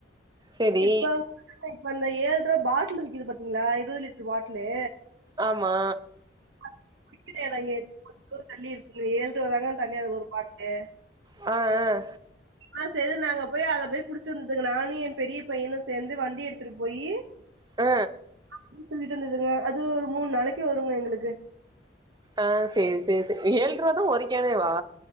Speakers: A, on the right (about 20°); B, on the right (about 85°).
A: சேரி
B: இப்ப இப்ப அந்த ஏழ்ருவா பாட்லு விக்குது பாத்திங்ளா இருவது லிட்ரு பாட்லு.
A: ஆமா.
B: <inaudible> எடோ இங்க இரு <inaudible> தூரோ தள்ளி இருக்குங்க ஏழ்ருவாதாங்க அந்த தண்ணி அது ஒரு பாட்லு.
A: அ அ.
B: <inaudible> ன்னா சேது நாங்க போய் அத போய் புடிச்சு வந்ததுங்க நானு எம் பெரிய பையனு சேந்து வண்டி எடுத்துட்டு போயி
A: அ.
B: <inaudible> வந்ததுங்க அது ஒரு மூண் நாளைக்கு வருங்க எங்குளுக்கு.
A: ஆ சே சே சே ஏழ்ருவாதா ஒரு கேனேவா?